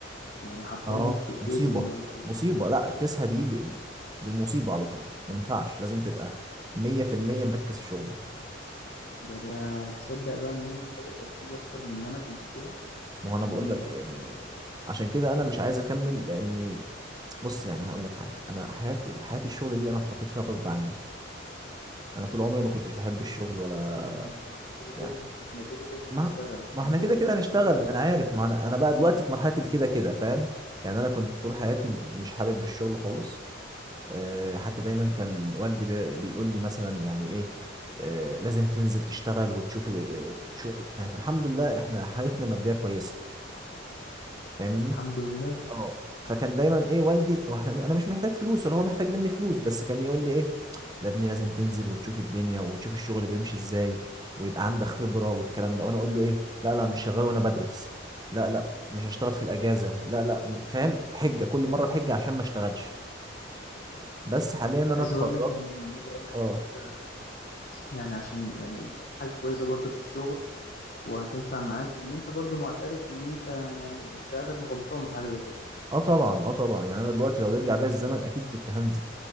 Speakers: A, on the left; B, on the right.
A: يعني حرفيا
B: اه
A: ت- تاذي
B: مصيبة
A: المريض برضو.
B: مصيبة لا تسهى دي ب- بمصيبة على طول ما ينفعش لازم تبقى مية في المية مركز في شغلك
A: ده ده تصدق بقى ان هي محتاجه تركيز اكتر من اللي انا كنت فيها
B: ما هو انا
A: ان
B: بقول
A: انا
B: لك ال...
A: حرفيا
B: عشان كده انا مش عايز اكمل لاني بص يعني هقول لك حاجة انا حياة حياة الشغل دي انا اتحطيت فيها غصب عني انا طول عمري ما كنتش بحب الشغل
A: يعني
B: ولا
A: ايه غصب عنك ما احنا كده
B: يعني
A: كده <laughs> ما احنا كده كده هنشتغل
B: ما ما
A: ما
B: احنا
A: احنا كده
B: كده كده
A: كده
B: هنشتغل
A: هنبقى في
B: ما
A: الحياه
B: انا عارف ما انا انا بقى دلوقتي في مرحلة الكده كده فاهم يعني انا كنت طول حياتي مش حابب للشغل خالص آه، حتى دايما كان والدي بي- بيقول لي مثلا يعني ايه آه، لازم تنزل تشتغل وتشوف آه، شو يعني الحمد لله احنا حالتنا مادية كويسة فاهمني
A: الحمد لله
B: اه
A: صح.
B: فكان دايما ايه والدي واحنا انا مش محتاج فلوس ولا هو محتاج مني فلوس بس كان يقول لي ايه لا ابني لازم تنزل وتشوف الدنيا وتشوف الشغل بيمشي ازاي ويبقى عندك خبرة والكلام ده وانا اقول له ايه لا لا مش شغال وانا بدرس لا لا مش هشتغل في الاجازة لا لا م- فاهم حجة كل مرة بحجة عشان ما اشتغلش بس حاليا انا
A: عايز
B: اتخرجت
A: اقول لك ان عايز اقول لك
B: اه
A: ان انت يعني عشان يعني حاجه كويسه برضو في الشغل وهتنفع معاك ان انت برضو معترف ان انت يعني فعلا غلطان في حاجه زي كده
B: اه طبعا اه طبعا يعني انا دلوقتي لو يرجع بيا الزمن اكيد كنت هنزل